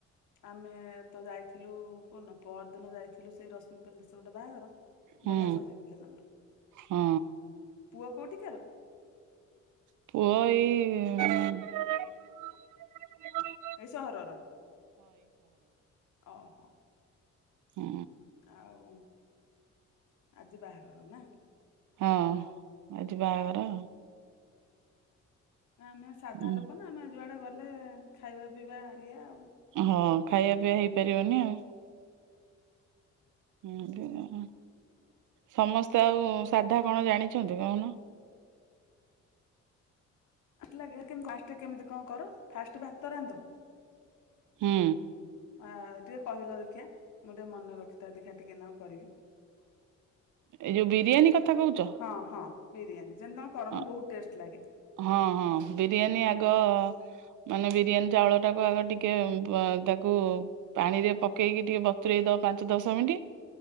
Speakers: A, on the left; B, on the right.
A: ଆମେ ତ ଯାଇଥିଲୁ କଉନ ପର ଦିନ ଯାଇଥିଲୁ ସେଇ ରଶ୍ମି ପ୍ୟାଲେସରେ ଗୋଟେ ବାହାଘର
B: ହୁଁ
A: ବଢିଆ ସଜେଇଥିଲେ ତାଙ୍କର
B: ହଁ
A: ପୁଅ କୋଉଠିକାର?
B: ପୁଅ ଏଇ ଇ
A: ଏଇ ସହରର ଓହୋ।
B: ହୁଁ।
A: ଆଉ ଆଜି ବାହାଘର ନା?
B: ହଁ ଆଜି ବାହାଘର ଆଉ।
A: ଆମେ ସାଧା
B: ଉଁ
A: ଲୋକ ନା ଆମେ ଯୁଆଡେ ଗଲେ ଖାଇବା ପିଇବା ଇଏ ଆଉ।
B: ହଁ ଖାଇବା ପିଇଆ ହେଇପାରିବନି ଆଉ। ହୁଁ ସମସ୍ତେ ଆଉ ସାଧା କଣ ଜାଣିଛନ୍ତି କହୁନ?
A: ଆଟ ଲାଗେ କେମ ଫାଷ୍ଟେ କେମିତି କଣ କର ଫାଷ୍ଟେ ଭାତ ରାନ୍ଧ?
B: ହୁଁ
A: ଆ ଟିକେ କହିଲ ଦେଖିଆ ମୁଁ ଟିକେ ମନେ ରଖିଥାଏ ଦେଖିଆ ଟିକେନାକୁ କରିବି।
B: ଏଇ ଯୋଉ ବିରିୟାନୀ କଥା କହୁଛ?
A: ହଁ ହଁ ବିରିୟାନୀ ଯେମିତି ତମେ କରମ
B: ଅ,
A: ବହୁତ ଟେଷ୍ଟ ଲାଗେ।
B: ହଁ ହଁ ବିରିୟାନୀ ଆଗ ମାନେ ବିରିୟାନୀ ଚାଉଳ ଟାକୁ ଆଗ ଟିକେ ପ ତାକୁ ପାଣିରେ ପକେଇକି ଟିକେ ବତୁରେଇ ଦବ ପାଞ୍ଚ ଦଶ ମିନିଟ